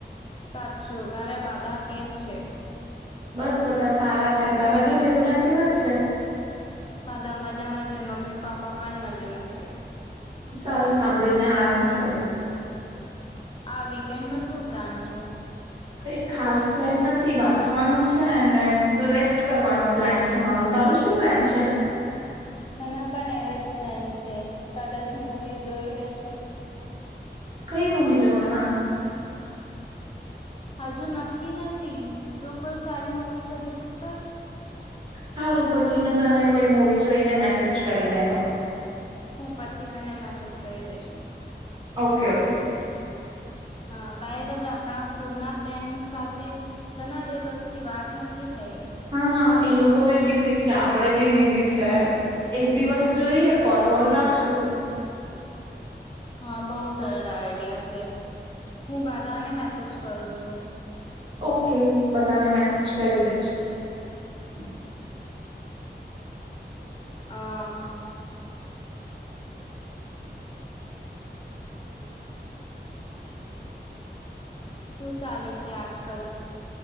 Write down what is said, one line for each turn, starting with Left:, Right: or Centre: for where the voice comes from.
Left: સાચું ઘરે બાધા કેમ છે
Right: બસ બધા સારા છે તારા ઘરે એ બધા કેવા છે
Left: બધા મજામાં છે મમ્મી પાપા પણ મજેમાં છે
Right: ચાલ સાંભળીને આનંદ થયો
Left: આ વીકેન્ડમાં શું પ્લાન છે
Right: કઈ ખાસ પ્લેન નથી વાંચવાનું છે અને રેસ્ટ કરવાનું પ્લાન છે મારું તારું શું પ્લાન છે
Left: મને પણ એવો જ પ્લાન છે કદાચ મવી જોઈ લેશું
Right: કઈ મૂવી જોવાના
Left: હજુ નક્કી નથી તું કોઈ સારી મૂવી સજેસ્ટ કર
Right: સારું પછી મેં તને કોઈ મુવી એને મેસેજ કરી દેમાં
Left: હું પછી તને મેસેજ કરી દઈશું
Right: ઓકે ઓકે
Left: હા ભાઈ હવે આપણા સ્કૂલ ના ફ્રેન્ડ સાથે ઘણા દિવસથી વાત નથી થઈ
Right: હા એ લોકો બી બિઝી છે આપણેે બી બિઝી છે એક દિવસ જોઈએ કોલ વોલ રાખશું
Left: હા બહુ સરળ આઈડિયા છે હું બધાને મેસેજ કરું છું
Right: ઓકે બધાને મેસેજ કરી દેજ <unintelligible>
Left: આ શું ચાલે છે આજ કલ <unintelligible>